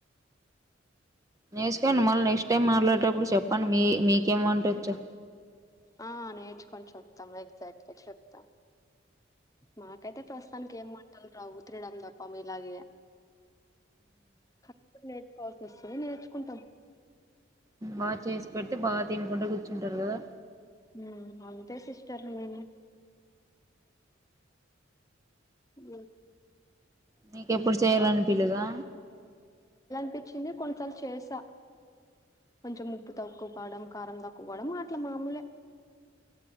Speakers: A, on the right; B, on the left.
A: నేర్చుకోండి మళ్ళీ నెక్స్ట్ టైమ్ మాట్లాడేటప్పుడు చెప్పండి మీ మీకేం వంటోచ్చో
B: ఆ నేర్చుకొని చెప్తాం ఎగ్జాక్ట్గా చెప్తాం మాకైతే ప్రస్తుతానికి ఏం వంటలు రావూ తినడం తప్ప మీలాగే కా నేర్చుకోవాల్సి వస్తుంది నేర్చుకుంటాం
A: బాగా చేసి పెడితే బాగా తినుకుంట కూర్చుంటారు కదా
B: ఉహ్ అంతే సిస్టర్ మేము <inaudible> హ
A: నీకెప్పుడు చేయాలనిపిలేదా
B: ించింది కొంతసార్లు చేసా కొంచెం ముప్పు తక్కువ పవడం కారం త క్కువ డం అట్లా మామూలే